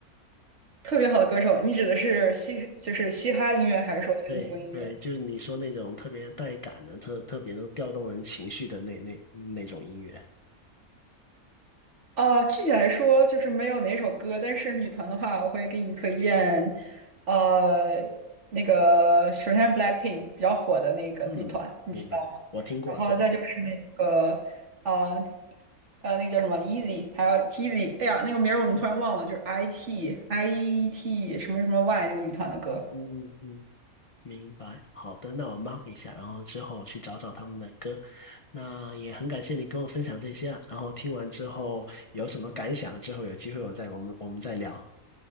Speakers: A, on the right (about 55°); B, on the left (about 55°).
A: 特别好的歌手，你指的是嘻就是嘻哈音乐，还是说韩流音乐？
B: 对对，就是你说那种特别带感的、特特别能调动人情绪的那那那种音乐。
A: 啊，具体来说就是没有哪首歌，但是女团的话，我会给你推荐，呃，那个首先是 BLACKPINK 比较火的那个女团，
B: 嗯，
A: 你知道吗？
B: 明白，我听过。
A: 然后再就是那个，
B: 对，
A: 呃，呃，那个叫什么 Easy，还有 TZ，哎呀，那个名儿我怎么突然忘了？就是 IT IT 什么什么 Y 那个女团的歌。
B: 嗯嗯嗯，明白。好的，那我 mark 一下，然后之后去找找他们的歌。那也很感谢你跟我分享这些啊，然后听完之后有什么感想，之后有机会我再我们我们再聊。